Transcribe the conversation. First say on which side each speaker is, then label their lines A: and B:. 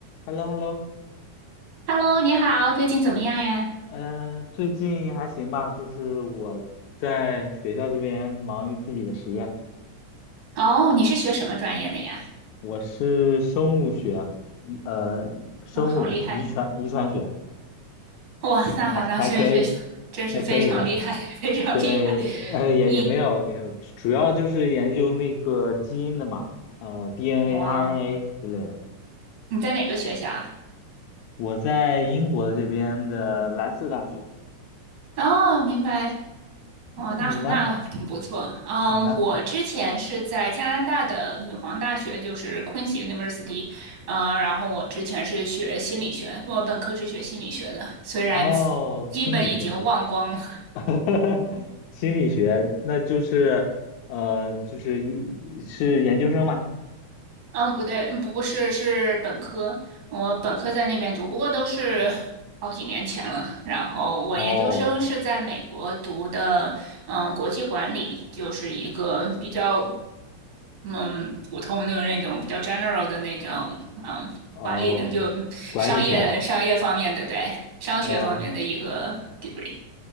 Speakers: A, on the left; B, on the right.
A: h e l l o h e l l o
B: Hello，你好，最近怎么样呀？
A: 呃，最近还行吧，就是我在学校这边忙于自己的实验，
B: 哦，你是学什么专业的呀？
A: 我是生物学啊，遗呃生物遗传遗传学，
B: 哇，好厉害！哇，
A: 呃还还可以，
B: 那好，那真是真是非常厉害，
A: 还可以吧。
B: <laughs> 非常厉害。
A: 对，呃也也没有没有，
B: 你
A: 主要就是研究那个基因的嘛，呃 DNA、
B: 哇哦，
A: RNA 之类的。
B: 你在哪个学校啊？
A: 我在英国这边的莱斯大学，
B: 哦，明白。哇，那很那挺不错。
A: 你呢？
B: 啊。
A: 你呢？
B: 我之前是在加拿大的女皇大学，就是 Queen's University。啊，然后我之前是学心理学，我本科是学心理学的，虽然
A: 哦，心理学。
B: 基本已经忘光了
A: <laughs> 心理学，那就是呃，就是一是研究生吗？
B: 嗯，不对，嗯不不是，是本科，我本科在那边读，不过都是好几年前了。然后我研究生是在美国读的，
A: 哦
B: 嗯，国际管理，就是一个比较嗯普通的那种比较 general 的那种嗯管理的，
A: 哦，
B: 就商业的商业方面的，
A: 管理学，
B: 对，商学方面的一个
A: 哦，
B: degree，